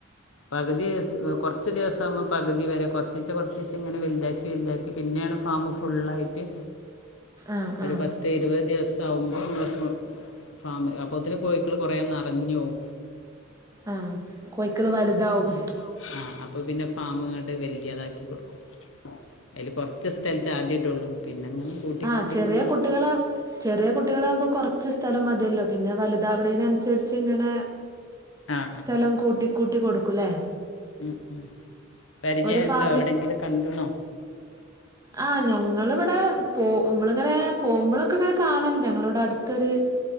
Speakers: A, on the left; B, on the right.
A: പകുതി കൊറച്ച് ദിവസ ആവുമ്പോ പകുതി വരെ കെർച്ചീച്ച കൊർച്ചീച്ച ഇങ്ങനെ വലുതായി വൽന്താക്കി പിന്നെയാണ് ഫാമ് ഫുുള്ളായിട്ട്
B: ആ
A: ഒരു
B: ആ
A: പത്ത് ഇരുപത് ദിവസം ആകുമ്പോൾ നമ്മള് പോ ഫാമ് അപ്പൊത്തിന് കോഴക്കള് കൊറേ നറഞ്ഞോവു
B: ആഹ കോഴക്കള് വലുതാവും.
A: ആഹ അപ്പൊ പിന്നെ ഫാമ് ഇങ്ങട്ട് വല്ല്യയതാക്കി കൊടുക്കും അതില് കൊറച്ച സ്ഥലത്ത് ആദ്യ ഇട്ടള്ളൂ പിന്നെ അങ്ങനെ കൂട്ടി
B: ആഹ
A: കൂട്ടി
B: ചെറിയ
A: ഇങ്ങനെ
B: കുട്ടികള ചെറിയ കുട്ടികളാവകുമ്പോ കൊറച്ച് ച്ച് സ്ഥല മതിയല്ലോ പിന്നെ വലുതാവണെന് അനുസരിച്ചു ഇങ്ങനെ
A: ആ
B: സ്ഥാലം കൂട്ടി കൂട്ടിൊടുല്ലേ?
A: മ് മ് പരിചയം
B: ഒരു ഫാമിൽ
A: ഉണ്ടോ എവിടെങ്കിലും കണ്ട്ണോ?
B: ആഹ് ഞങ്ങളിവിടെ പോ നമ്മളിങ്ങനെ പോകുമ്പോളൊക്കെ ഇങ്ങനെ കാന്ണും ഞങ്ങള ഇവിടെ അടുത്തൊരു